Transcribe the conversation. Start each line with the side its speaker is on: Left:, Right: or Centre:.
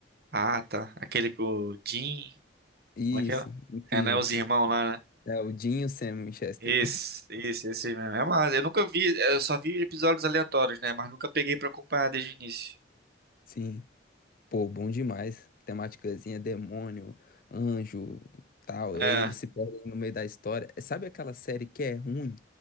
Right: Ah, tá. Aquele com o Jim.
Left: Isso,
Right: Como é que é?
Left: incrível.
Right: É, né? Os irmãos lá, né?
Left: É o Dean e o Sam Winchester.
Right: Esse, esse, esse mesmo. É massa. Eu nunca vi, eu só vi episódios aleatórios, né? Mas nunca peguei pra acompanhar desde o início.
Left: <laughs> Sim. Pô, bom demais. Temáticazinha, demônio, anjo, tal. E
Right: É,
Left: aí eles se perdem no meio da história. Sabe aquela série que é ruim,